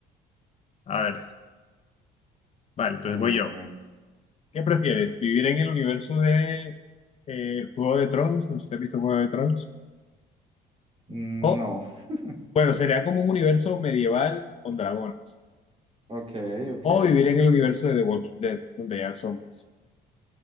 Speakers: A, on the left; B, on the right.
A: A ver, vale, entonces
B: A
A: voy
B: ver,
A: yo.
B: a ver.
A: ¿Qué prefieres? ¿Vivir en el universo de eh, Juego de Tronos? No sé si has visto Juego de Tronos.
B: Mm,
A: O,
B: No, <laughs>
A: bueno, sería como un universo medieval con dragones.
B: ok, ok.
A: O vivir en el universo de The Walking Dead, donde hay zombies.